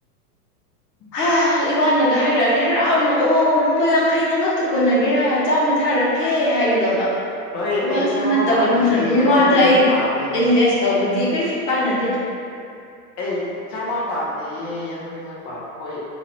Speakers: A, on the left; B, on the left.
A: <unintelligible>
B: ꯍꯥ ꯏꯋꯥꯅꯒ ꯍꯥꯏꯔꯛꯑꯗꯤ ꯍꯔꯥꯎꯅ ꯑꯣ ꯂꯨꯄꯥ ꯌꯥꯡꯈꯩ ꯅꯪ ꯉꯛꯇ ꯀꯣꯟꯅꯒꯦꯔꯥ ꯆꯥꯝꯃ ꯊꯥꯔꯛ ꯀꯦ ꯍꯥꯏꯒꯗꯕ
A: ꯍꯣꯏ
B: ꯏꯋꯥꯁꯨ
A: ꯑꯩ ꯆꯥꯝꯃ
B: ꯅꯠꯇꯕꯅꯤꯅ
A: ꯄꯥꯝꯗꯦꯌꯦ
B: ꯃꯤꯋꯥꯗ
A: ꯌꯥꯡꯈꯩ
B: ꯑꯩ
A: ꯉꯛ ꯄꯥꯝꯃꯦ
B: ꯏꯟꯚꯦꯁ ꯇꯧꯕꯗꯤ ꯀꯩꯁꯨ ꯀꯥꯟꯅꯗꯦ
A: ꯑꯩ ꯆꯥꯝꯃꯥ ꯄꯥꯝꯗꯦꯌꯦ ꯌꯥꯡꯈꯩ ꯉꯛ ꯄꯥꯝꯃꯤ ꯍꯣꯏ